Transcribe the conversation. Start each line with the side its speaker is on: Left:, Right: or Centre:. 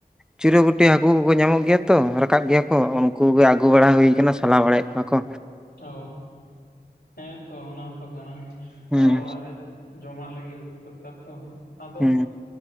Centre: ᱪᱤᱨᱟᱹ ᱵᱩᱴᱤ ᱦᱟᱹᱠᱩ ᱠᱚᱠᱚ ᱧᱟᱢᱚᱜ ᱜᱮᱭᱟ ᱛᱚ, ᱨᱟᱠᱟᱵ ᱜᱮᱭᱟ ᱠᱚ᱾ ᱩᱱᱠᱩ ᱜᱮ ᱟᱹᱜᱩ ᱵᱟᱲᱟ ᱦᱩᱭ ᱠᱟᱱᱟ, ᱥᱟᱞᱟ ᱵᱟᱲᱟᱭᱮᱫ ᱠᱚᱣᱟ ᱠᱚ᱾
Left: ᱚ ᱦᱮᱸ ᱛᱚ ᱚᱱᱟ ᱦᱚᱸᱛᱚ ᱠᱟᱱᱟ
Centre: ᱦᱩᱸ
Left: ᱟᱨ ᱚᱲᱟᱜ ᱨᱮ ᱡᱚᱢᱟᱜ ᱞᱟᱹᱜᱤᱫ ᱩᱛᱩ ᱫᱚᱨᱠᱟᱨ ᱛᱚ, ᱟᱫᱚ
Centre: ᱦᱩᱸ